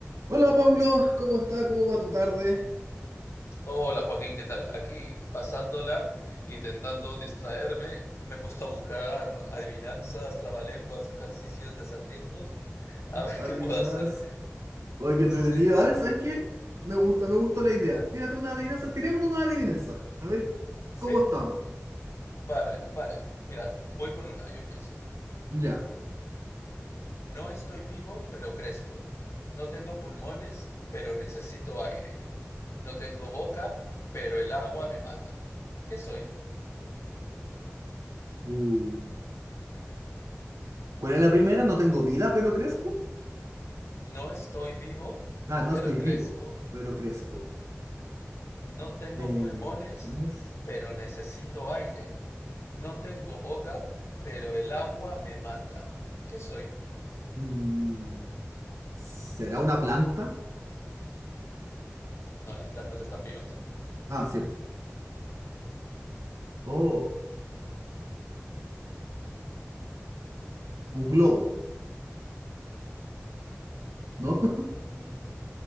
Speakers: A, on the right (about 75°); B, on the left (about 55°).
A: Hola Pablo, ¿cómo está? ¿Cómo va tu tarde?
B: Hola Joaquín, ¿qué tal? Aquí pasándola, intentando distraerme, me he puesto a buscar adivinanzas, trabalenguas, ejercicios de acertijos, a ver
A: Adivinas.
B: qué puedo hacer.
A: Oye, qué entretenido.
B: Sí,
A: A
B: y-
A: ver, ¿sabes qué? Me gusta, me gusta la idea. Tírate una adivinanza, tiremos una adivinanza. A ver
B: sí,
A: cómo estamos.
B: vale, vale. Mira, voy con una, yo empiezo.
A: Ya.
B: No estoy vivo, pero crezco. No tengo pulmones, pero necesito aire. No tengo boca, pero el agua me mata. ¿Qué soy?
A: Uh, ¿Cuál es la primera? No tengo vida, pero crezco.
B: No estoy vivo,
A: Ah, no
B: pero
A: estoy
B: crezco.
A: vivo, pero crezco.
B: No tengo
A: Eh,
B: pulmones,
A: ¿cómo es?
B: pero necesito aire. No tengo boca, pero el agua me mata. ¿Qué soy?
A: Mm, ¿será una planta?
B: No, las plantas están vivas.
A: Ah, cierto. Oh, un globo, ¿no?
B: Mm,